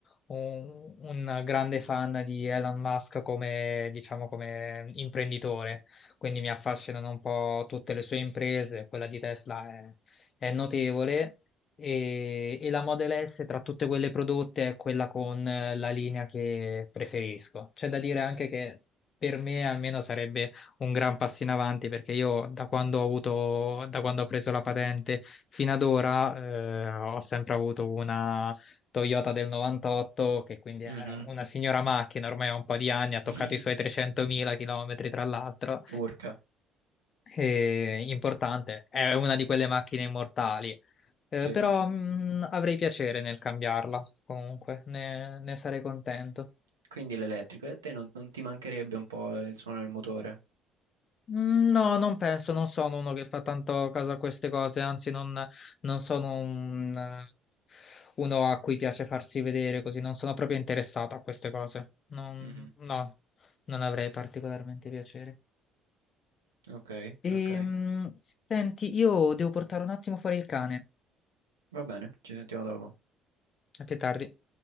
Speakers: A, on the left; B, on the right.
A: un- un grande fan di Elon Musk come, diciamo, come imprenditore, quindi mi affascinano un po' tutte le sue imprese, quella di Tesla è è notevole e, e la Model S tra tutte quelle prodotte è quella con eh, la linea che preferisco. C'è da dire anche che per me almeno sarebbe un gran passo in avanti perché io da quando ho avuto, da quando ho preso la patente fino ad ora eh, ho sempre avuto una Toyota del 98 che quindi è
B: mhm.
A: una signora macchina, ormai ha un po' di anni, ha toccato
B: <laughs>
A: i suoi 300.000 km tra l'altro
B: Urca,
A: eh, importante, è una di quelle macchine immortali, Eh,
B: sì.
A: però mh, avrei piacere nel cambiarla, comunque, ne, ne sarei contento.
B: Quindi l'elettrico. E a te non, non ti mancherebbe un po' il suono del motore?
A: Mm, No, non penso, non sono uno che fa tanto caso a queste cose, anzi non, non sono un- uno a cui piace farsi vedere così, non sono proprio interessato a queste cose, Non-
B: Mhm.
A: no, non avrei particolarmente piacere.
B: Ok,
A: E,
B: ok.
A: senti, io devo portare un attimo fuori il cane,
B: Va bene, ci sentiamo dopo.
A: a più tardi.